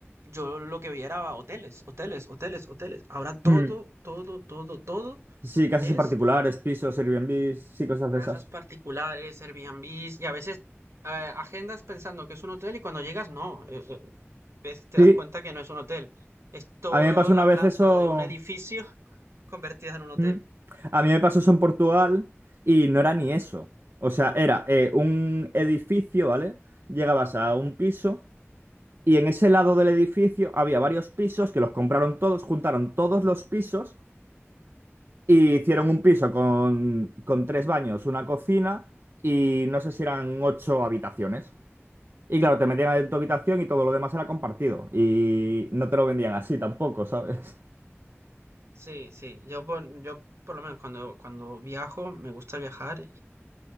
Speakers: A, on the right (about 75°); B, on the right (about 55°).
A: yo lo que veía era hoteles, hoteles, hoteles, hoteles. Ahora todo,
B: Mm.
A: todo, todo, todo
B: Sí, casas
A: es
B: en particulares, pisos, Airbnb, sí, cosas de
A: casas
B: esas.
A: particulares, Airbnbs y a veces eh, agendas pensando que es un hotel y cuando llegas no, eh, eh, ves, te
B: Sí,
A: das cuenta que no es un hotel. Es toda
B: a mí me pasó una
A: la
B: vez
A: planta
B: eso.
A: de un edificio <laughs> convertida en un hotel.
B: Mm. A mí me pasó eso en Portugal y no era ni eso. O sea, era eh, un edificio, ¿vale? Llegabas a un piso y en ese lado del edificio había varios pisos que los compraron todos, juntaron todos los pisos y hicieron
A: ¿Ah?
B: un piso con, con tres baños, una cocina y no sé si eran ocho habitaciones. Y claro, te metían en tu habitación y todo lo demás era compartido. Y no te lo vendían así tampoco, ¿sabes?
A: Sí, sí. Yo, por- yo por lo menos cuando, cuando viajo, me gusta viajar